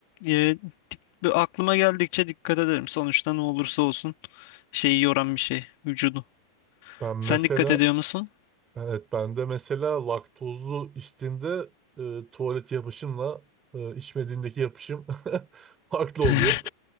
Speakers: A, on the left; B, on the right.
A: e, bu aklıma geldikçe dikkat ederim. Sonuçta ne olursa olsun şeyi yoran bir şey vücudu.
B: Ben mesela
A: Sen dikkat ediyor musun?
B: evet ben de mesela laktozlu içtiğimde e, tuvalet yapışımla e, içmediğimdeki yapışım <laughs> farklı
A: <laughs>
B: oluyor.